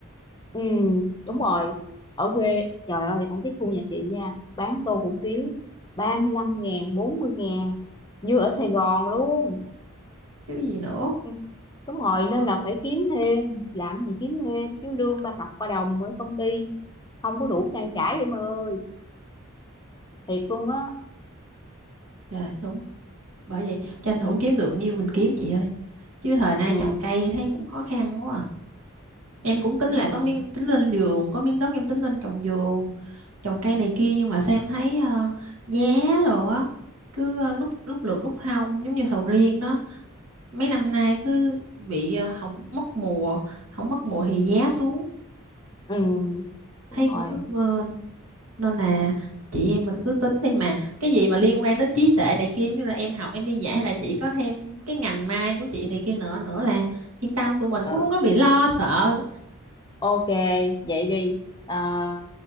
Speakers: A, on the left; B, on the right.
A: Ừ, đúng
B: Ừ.
A: rồi. Ở quê, trời ơi, ở cái khu nhà chị nha, bán tô hủ tiếu ba mươi lăm ngàn, bốn mươi ngàn, như ở Sài Gòn luôn.
B: chứ gì nữa
A: Ừ, Đúng rồi, nên là phải kiếm thêm, làm gì kiếm thêm, chứ lương ba cọc ba đồng ở công ty, không có đủ trang trải em ơi, thiệt luôn á.
B: rồi đúng bởi vậy tranh
A: Ừ,
B: thủ kiếm được nhiêu mình kiếm chị ơi chứ thời nay
A: ừ,
B: trồng cây thấy cũng khó khăn quá à. em cũng tính
A: đúng
B: là
A: rồi.
B: có miếng tính lên vườn có miếng đất em tính lên trồng vườn trồng cây này kia nhưng mà xem thấy ờ, giá đồ á cứ ờ, lúc lúc lượt lúc hong giống như sầu riêng đó mấy năm nay cứ bị ờ, không mất mùa không mất mùa thì giá xuống
A: Ừ,
B: thấy
A: đúng rồi.
B: cũng bấp bênh nên là chị em mình cứ tính đi mà cái gì mà liên quan đến trí tuệ này kia như là em học em đi dạy hay là chị có thêm cái ngành mai của chị này kia nữa nữa là yên tâm tụi mình
A: Ừ,
B: cũng không có bị lo sợ
A: ok, vậy đi. À,